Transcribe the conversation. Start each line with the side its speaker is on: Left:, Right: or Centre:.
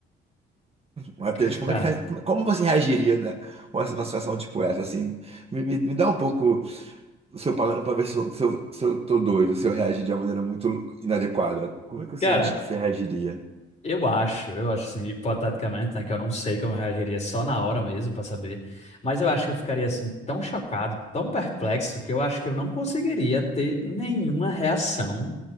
Right: Matheus,
Left: Cara,
Right: como é que, como como você reagiria né, com essa- uma situação tipo essa, assim? Me, me, me dá um pouco o seu palavra para ver se eu, se, eu, se eu tô doido, se eu reagir de uma maneira muito inadequada. Como é que você
Left: cara,
Right: acha que você reagiria?
Left: Eu acho, eu acho assim, hipoteticamente, né, que eu não sei como eu reagiria só na hora mesmo pra saber, mas eu acho que eu ficaria assim tão chocado, tão perplexo que eu acho que eu não conseguiria ter nenhuma reação.